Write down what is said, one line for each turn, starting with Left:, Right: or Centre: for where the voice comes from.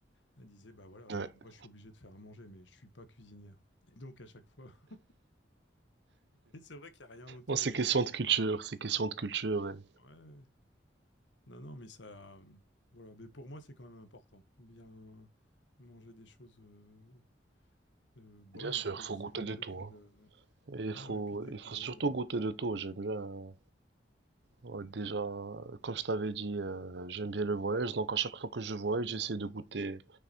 Left: elle disait, bah voilà,
Right: ouais.
Left: ouais, moi je suis obligée de faire à manger, mais je suis pas cuisinière. Et donc à chaque fois, <laughs> et c'est vrai qu'il n'y a rien autour.
Right: Non, c'est
Left: Il
Right: question
Left: y
Right: de culture, c'est question de culture. et-
Left: a... ouais, ouais. non, non, mais ça, euh, voilà. Mais pour moi, c'est quand même important. Bien manger des choses euh, euh, bonnes,
Right: Bien sûr,
Left: c'est
Right: faut
Left: c'est
Right: goûter
Left: mieux
Right: de tout,
Left: que
Right: hein.
Left: de.
Right: Et il
Left: Ouais,
Right: faut,
Left: ouais, et puis découvrir.
Right: il faut surtout
Left: euh,
Right: goûter de tout. J'aime bien, euh, ouais, déjà, comme je t'avais dit, euh, j'aime bien le voyage. Donc, à chaque fois que je voyage, j'essaie de goûter